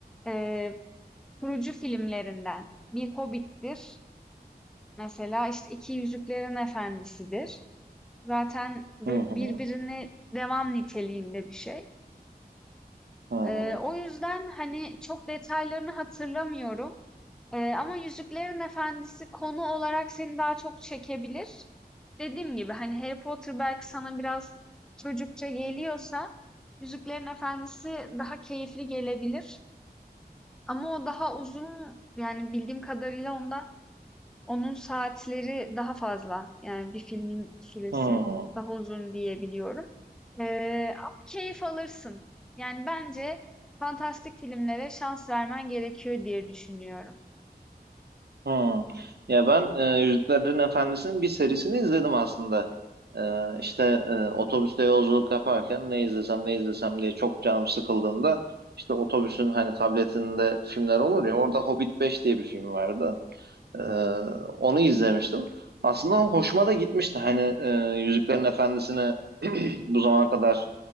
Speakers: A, in the centre; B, on the right.
A: eee kurucu filmlerinden. Bir Hobbit'tir. Mesela işte İki Yüzüklerin Efendisi'dir. Zaten böyle
B: Hı
A: birbirine
B: hı.
A: devam niteliğinde bir şey.
B: Hı hı.
A: Ee, o yüzden hani çok detaylarını hatırlamıyorum. Ee, ama Yüzüklerin Efendisi konu olarak seni daha çok çekebilir. Dediğim gibi hani Harry Potter belki sana biraz çocukça geliyorsa Yüzüklerin Efendisi daha keyifli gelebilir. Ama o daha uzun yani bildiğim kadarıyla ondan Onun saatleri daha fazla. Yani bir filmin süresi
B: Hı.
A: daha uzun diyebiliyorum. Ee, ama keyif alırsın. Yani bence fantastik filmlere şans vermen gerekiyor diye düşünüyorum.
B: Hmm. Ya ben e, Yüzüklerin Efendisi'nin bir serisini izledim aslında. E, işte e, otobüste yolculuk yaparken ne izlesem ne izlesem diye çok canım sıkıldığında işte otobüsün hani tabletinde filmler olur ya orada Hobbit beş diye bir film vardı. Ee, onu izlemiştim. Aslında hoşuma da gitmişti. Hani e, Yüzüklerin Efendisi'ne <clears throat> bu zamana kadar